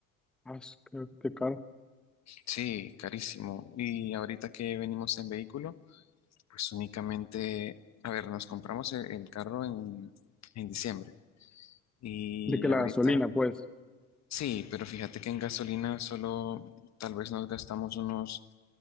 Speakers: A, in the centre; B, on the left.
A: Ah, es- qué, qué caro.
B: Sí, carísimo. Y ahorita que venimos en vehículo, Pues únicamente, a ver, nos compramos el, el carro en, en diciembre y
A: De que la
B: ahorita,
A: gasolina, pues,
B: sí, pero fíjate que en gasolina solo tal vez nos gastamos unos,